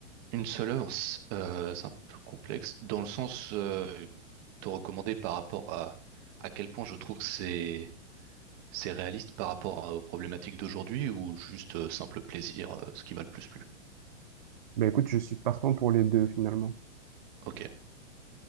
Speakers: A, on the right; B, on the right.
A: Une seule œuvre, c- euh, c'est un peu complexe, dans le sens euh, te recommander par rapport à à quel point je trouve que c'est C'est réaliste par rapport à- aux problématiques d'aujourd'hui ou juste euh, simple plaisir, euh, ce qui m'a le plus plu?
B: Ben écoute, je suis partant pour les deux finalement.
A: Ok.